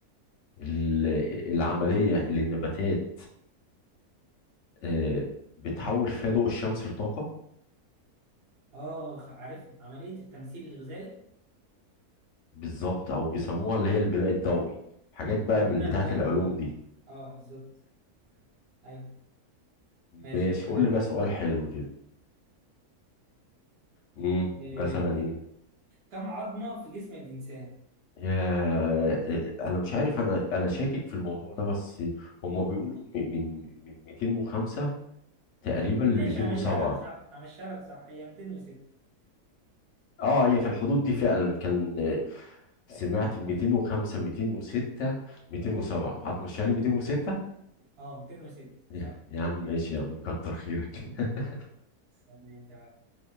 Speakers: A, on the left; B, on the right.
A: ال- العملية اللي النباتات آه بتحول فيها ضوء الشمس لطاقة
B: اه عارفها عملية التمثيل الغذائي
A: بالظبط او بيسموها اللي هي البناء الضوئي حاجات بقى
B: اه
A: من
B: بناء
A: بتاعة
B: الدورة
A: العلوم
B: أيوة.
A: دي
B: اه بالظبط ايوه ماشي
A: ماشي
B: هسألك
A: قول لي بقى
B: أنا.
A: سؤال حلو كده امم
B: آه.
A: مثلا ايه
B: كم عظمة في جسم الإنسان؟
A: يا آه، انا مش عارف انا انا شاكك في الموضوع ده بس هم بيقولوا من من من 205 تقريبا
B: أو
A: ل
B: ماشي
A: 207
B: همشيها لك صح همشيها لك صح هي 206
A: اه هي في الحدود دي فعلا كان آه، سمعت 205 206 207
B: اه
A: هتمشيها لي 206
B: آه، 206
A: يا
B: صح
A: يا عم ماشي يا عم كتر خيرك <laughs>
B: استنى انت بقى